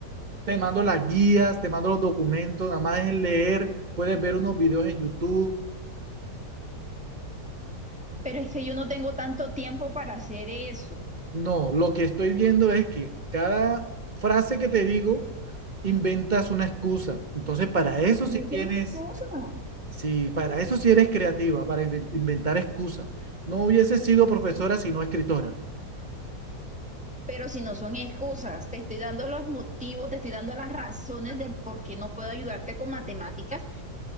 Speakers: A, on the right; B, in the centre.
A: te mando las guías, te mando los documentos, nada más es leer, puedes ver unos videos en YouTube
B: Pero es que yo no tengo tanto tiempo para hacer eso.
A: No, lo que estoy viendo es que cada frase que te digo inventas una excusa. Entonces, para eso
B: No
A: sí
B: tienes
A: tienes,
B: excusa.
A: sí, para eso sí eres creativa, para inven- inventar excusas. No hubiese sido profesora sino escritora.
B: Pero si no son excusas, te estoy dando los motivos, te estoy dando las razones de por qué no puedo ayudarte con matemáticas,